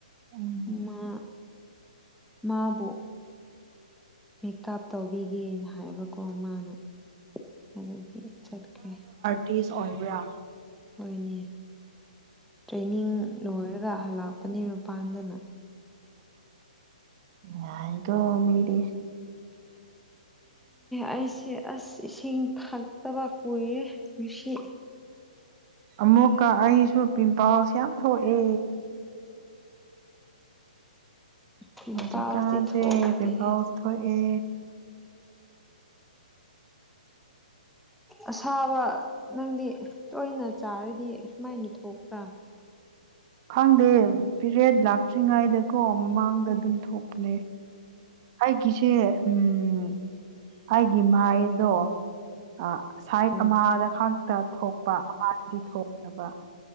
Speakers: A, on the right; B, in the centre.
A: ꯎꯝ
B: ꯃꯥ ꯃꯥꯕꯨ ꯃꯦꯀꯞ ꯇꯧꯕꯤꯒꯦꯅ ꯍꯥꯏꯕꯀꯣ ꯃꯥꯅ ꯑꯗꯨꯗꯒꯤ ꯆꯠꯈ꯭ꯔꯦ
A: ꯇꯤꯁ ꯑꯣꯏꯕ꯭ꯔꯥ
B: ꯍꯣꯏꯅꯦ ꯇ꯭ꯔꯦꯅꯤꯡ ꯂꯣꯏꯔꯒ ꯍꯜꯂꯛꯄꯅꯦ ꯃꯄꯥꯟꯗꯅ
A: ꯃꯥꯏꯒ ꯃꯗꯤꯦ
B: ꯑꯩꯁꯦ ꯑꯁ ꯏꯁꯤꯡ ꯊꯛꯇꯕ ꯀꯨꯏꯔꯦ ꯁꯤ
A: ꯑꯃꯨꯛꯀ ꯑꯩꯁꯨ ꯄꯤꯝꯄꯜꯁ ꯌꯥꯝ ꯊꯣꯛꯑꯦ
B: ꯄꯤꯝꯄꯜꯁꯇꯤ
A: ꯍꯧꯖꯤꯛꯀꯥꯟꯁꯦ
B: ꯊꯣꯛꯇꯦ
A: ꯄꯤꯝꯄꯜꯁ ꯊꯣꯛꯑꯦ <inaudible>
B: ꯑꯁꯥꯕ ꯅꯪꯗꯤ ꯇꯣꯏꯅ ꯆꯥꯔꯗꯤ ꯁꯨꯃꯥꯏꯅ ꯊꯣꯛꯄ꯭ꯔꯥ
A: ꯈꯪꯗꯦ ꯄꯦꯔꯦꯠ ꯂꯥꯛꯇ꯭ꯔꯤꯉꯩꯗꯀꯣ ꯃꯃꯥꯡꯗ
B: ꯑꯣ
A: ꯑꯗꯨꯝ ꯊꯣꯛꯄꯅꯦ ꯑꯩꯒꯤꯁꯤ ꯎꯝ ꯑꯩꯒꯤ ꯃꯥꯏꯗꯣ ꯑ ꯁꯥꯏꯠ
B: ꯎꯝ
A: ꯑꯃꯗ ꯈꯛꯇ ꯊꯣꯛꯄ ꯑꯃꯗꯗꯤ ꯊꯣꯛꯇꯕ